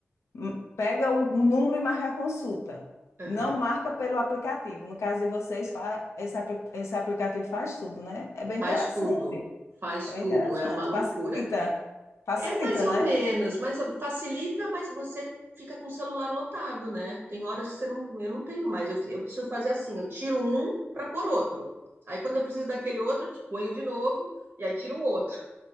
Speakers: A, on the left (about 85°); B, on the right (about 45°).
A: M- Pega o, o número e marca a consulta.
B: Aham.
A: Não marca pelo aplicativo. No caso de vocês, fa- esse, apli- esse aplicativo faz tudo, né? É bem
B: Faz
A: interessante.
B: tudo, faz
A: É
B: tudo,
A: bem interessante.
B: é uma loucura.
A: Facilita. Facilita,
B: É mais ou
A: né?
B: menos, mais ou- facilita, mas você fica com o celular lotado, né? Tem horas que você não, eu não tenho mais, eu, eu preciso fazer assim, eu tiro um para pôr outro. Aí quando eu preciso daquele outro, te ponho de novo e aí tiro o outro.